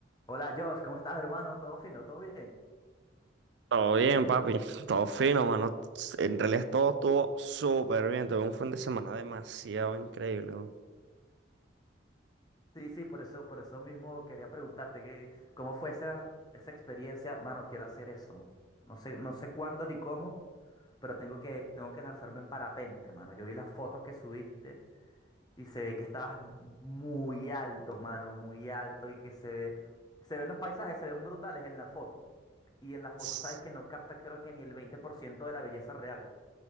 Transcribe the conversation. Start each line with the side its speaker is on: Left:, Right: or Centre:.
Left: Hola Josh, ¿cómo estás, hermano? ¿Todo fino? ¿Todo bien?
Right: Todo bien, papi. Todo fino, mano. En realidad todo estuvo súper bien. Tuve un fin de semana demasiado increíble. weón.
Left: Sí, sí, por eso, por eso mismo quería preguntarte que, cómo fue esa, esa experiencia. Mano, quiero hacer eso. No sé, no sé cuándo ni cómo, pero tengo que, tengo que lanzarme en parapente, mano. Yo vi las fotos que subiste y se ve que estabas muy alto, mano, muy alto y que se ve, se ven los paisajes, se ven brutales en la foto. Y en la foto
Right: S-
Left: sabes que no capta creo que ni el 20% de la belleza real.